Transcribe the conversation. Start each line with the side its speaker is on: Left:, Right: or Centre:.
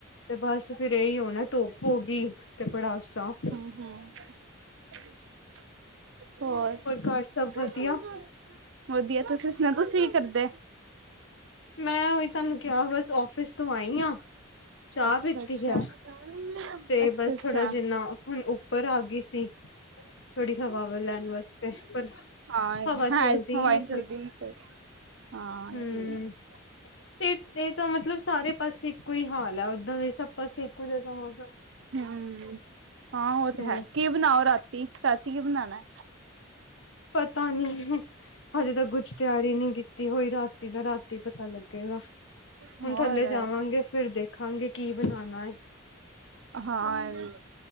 Left: ਤੇ ਬਸ ਫੇਰ ਇਹੀ ਹੋਣਾ ਧੁੱਪ ਹੋ ਗਈ ਤੇ ਪੜਾਸਾ।
Right: ਹਾਂ ਹੋਰ
Left: ਘਰ ਸਭ ਵਧੀਆ।
Right: ਵਧੀਆ ਤੁਸੀ ਸੁਣਾ ਤੁਸੀ ਕੀ ਕਰਦੇ।
Left: ਮੈਂ ਉਹੀ ਤੁਹਾਨੂੰ ਕਿਹਾ ਬਸ ਆਫ਼ਿਸ ਤੋਂ ਆਈ ਆ ਚਾਹ
Right: ਅੱਛਾ
Left: ਪੀਤੀ ਹੈ।
Right: <unintelligible>
Left: ਤੇ
Right: ਅੱਛਾ
Left: ਬਸ ਥੋੜਾ ਜਿੰਨਾ ਹੁਣ ਉੱਪਰ ਆ ਗੀ ਸੀ। ਥੋੜ੍ਹੀ ਹਵਾ ਵ ਲੈਣ ਵਾਸਤੇ ਪਰ
Right: ਹਾ
Left: ਹਵਾ
Right: ਹਾਂ
Left: ਚੱਲਦੀ
Right: ਹਵਾ
Left: ਨੀ
Right: ਚਲਦੀ ਨਹੀ ਪਈ ਹਾਂ
Left: ਹੂੰ।
Right: ਇਹ ਵੀ ਹੈ।
Left: ਤੇ ਇਹ ਤਾਂ ਮਤਲਬ ਸਾਰੇ ਪਾਸੇ ਇੱਕੋ ਹੀ ਹਾਲ ਹੈ, ਉੱਧਰ ਇਹ ਸਭ ਪਾਸੇ ਇੱਕੋ ਜ ਤਾਂ ਮੋ
Right: ਹਮ ਹਾਂ ਉਹ ਤੇ
Left: ਹੂੰ।
Right: ਹੈ ਕੀ ਬਣਾਓ ਰਾਤੀ, ਰਾਤੀ ਕੀ ਬਣਾਣਾ।
Left: ਪਤਾ ਨੀ ਹਜੇ ਤੱਕ ਕੁਛ ਤਿਆਰੀ ਨਹੀਂ ਕੀਤੀ ਹੋਈ ਰਾਤ ਤੀ ਦਾ ਰਾਤੀ ਪਤਾ ਲੱਗੇਗਾ।
Right: ਹੋਰ
Left: ਹੁਣ ਥੱਲੇ ਜਾਵਾਂਗੇ ਫਿਰ ਦੇਖਾਂਗੇ ਕੀ ਬਣਾਣਾ ਹੈ।
Right: ਹਾਂ ਇਹ ਵੀ